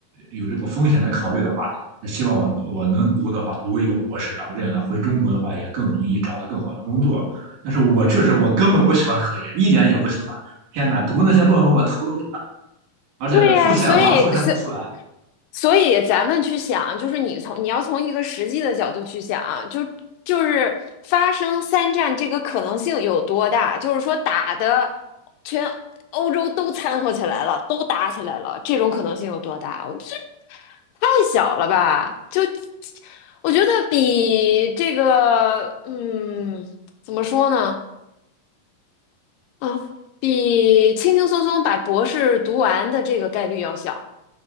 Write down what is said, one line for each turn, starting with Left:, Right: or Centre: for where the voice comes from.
Right: 有这个风险的考虑的话，那希望我我能读的话，读一个博士，然后这样呢，回中国的话也更容易找到更好的工作。但是我确实我根本不喜欢科研，一点也不喜欢。天呐，读那些论文我头都读大，而且复现我还复现不出来，
Left: 对呀，所以所所以咱们去想，就是你从你要从一个实际的角度去想，就就是发生三战这个可能性有多大？就是说打的全欧洲都掺和起来了，都打起来了，这种可能性有多大？我这太小了吧？就我觉得比这个，嗯，怎么说呢？啊，比轻轻松松把博士读完的这个概率要小。